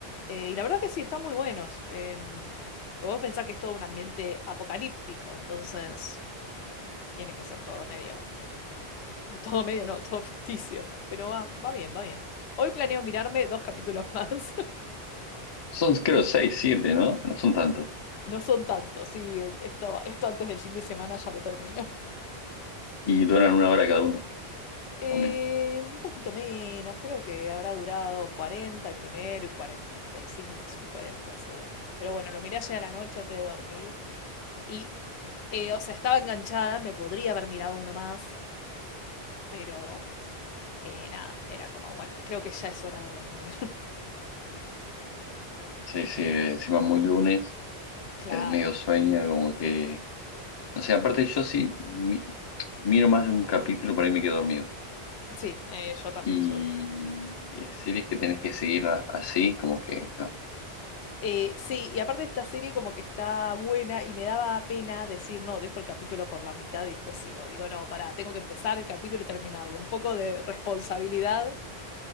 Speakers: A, on the left; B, on the left.
A: Eh, y la verdad que sí, están muy buenos. Em, pero vos pensás que es todo un ambiente apocalíptico, entonces tiene que ser todo medio, <laughs> todo medio no, todo ficticio. Pero va, va bien, va bien. Hoy planeo mirarme dos capítulos más. <laughs>
B: Son creo seis, siete, ¿no? No son tantos.
A: No son tantos, sí, eh, esto, esto antes del fin de semana ya lo termino. <laughs>
B: Y duran una hora cada uno,
A: Eh,
B: o menos.
A: un poquito menos, creo que habrá durado 40 el primero y 45 50 el segundo. Pero bueno, lo miré ayer a la noche antes de dormir Y, eh, o sea, estaba enganchada, me podría haber mirado uno más, pero eh, nada, era como, bueno, creo que ya es hora de dormir. <laughs>
B: Sí, sí, encima muy lunes,
A: Claro.
B: tenés medio sueño, como que... O sea, aparte yo sí mi- miro más de un capítulo, por ahí me quedo dormido.
A: Sí, eh, yo también.
B: Y
A: yo-
B: en series que tenés que seguir a- así, como que... no
A: Eh, sí, y aparte esta serie como que está buena y me daba pena decir, no, dejo el capítulo por la mitad y después sigo. Digo, no, pará, tengo que empezar el capítulo y terminarlo. Un poco de responsabilidad